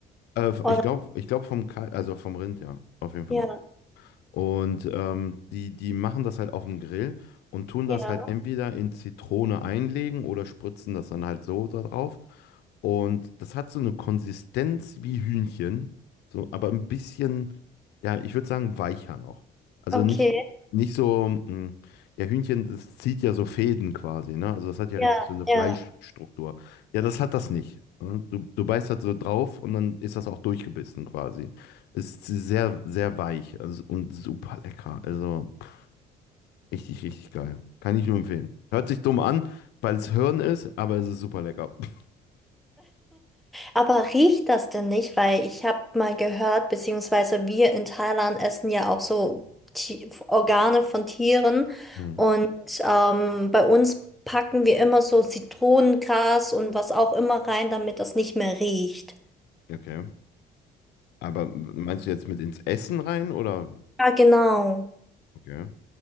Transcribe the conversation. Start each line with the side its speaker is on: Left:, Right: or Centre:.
Left: Äh,
Centre: oder?
Left: ich glaube, ich glaub vom Kalb, also vom Rind, ja, auf jeden Fall.
Centre: Ja,
Left: Und ähm, die, die machen das halt auf dem Grill und tun
Centre: ja,
Left: das halt entweder in Zitrone einlegen oder spritzen das dann halt so da drauf. Und das hat so eine Konsistenz wie Hühnchen, so, aber ein bisschen, ja, ich würde sagen, weicher noch. Also
Centre: okay.
Left: nicht, nicht so, mh, ja, Hühnchen, das zieht ja so Fäden quasi, ne? Also das hat ja
Centre: Ja,
Left: richtig so eine Fleischstruktur.
Centre: ja.
Left: Ja, das hat das nicht. ne? Du, du beißt halt so drauf und dann ist das auch durchgebissen quasi. Ist sehr, sehr weich also, und super lecker. Also pff, richtig, richtig geil. Kann ich nur empfehlen. Hört sich dumm an, weil es Hirn ist, aber es ist super lecker. <laughs>
Centre: Aber riecht das denn nicht? Weil ich habe mal gehört, beziehungsweise wir in Thailand essen ja auch so Ti- Organe von Tieren.
Left: Mhm.
Centre: Und ähm, bei uns packen wir immer so Zitronengras und was auch immer rein, damit das nicht mehr riecht.
Left: Okay. Aber meinst du jetzt mit ins Essen rein oder?
Centre: Ja, genau.
Left: Okay.